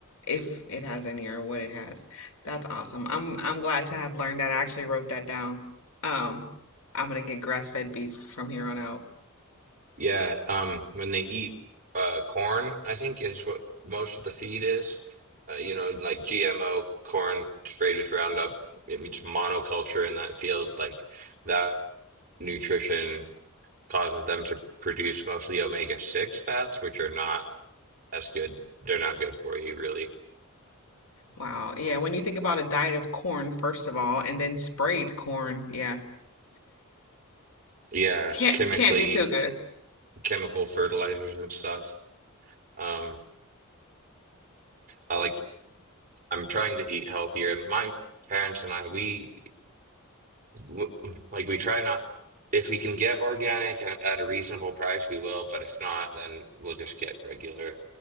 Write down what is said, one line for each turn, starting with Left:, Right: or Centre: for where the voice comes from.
Left: if it has any or what it has. That's awesome. I'm I'm glad to have learned that. I actually wrote that down. Um, I'm gonna get grass fed beef from here on out.
Right: yeah. Um, when they eat uh corn, I think is what most of the feed is. Uh, you know, like GMO corn sprayed with Roundup, it's monoculture in that field. Like that nutrition causes them to produce mostly omega-6 fats, which are not as good. They're not good for you, really.
Left: Wow. Yeah, when you think about a diet of corn, first of all, and then sprayed corn, yeah,
Right: Yeah,
Left: can't
Right: chemically.
Left: can't be too good.
Right: chemical fertilizers and stuff. Um, I like I'm trying to eat healthier, and my parents and I, we w- like we try not. If we can get organic at, at a reasonable price, we will. But if not, then we'll just get regular